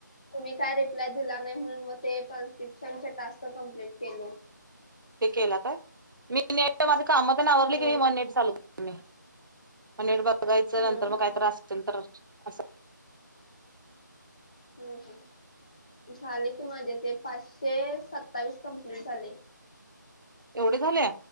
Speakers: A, on the left (about 20°); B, on the right (about 80°).
A: तुम्ही काय रिप्लाय दिला नाही, म्हणून मग ते ट्रान्स्क्रिप्शनचे टास्क कम्प्लीट केलो.
B: ते केलं काय, मी नेट माझ कामं ते ना
A: हम्म
B: आवरली की, माझं नेट चालू मी पनीर बनवायचं,
A: हम्म
B: नंतर मग
A: हम्म
B: काही त्रास होत <unintelligible> असल तर अस.
A: हम्म. झाले की माझे, ते पाचशे सत्तावीस कम्प्लीट झाले.
B: एवढे झाले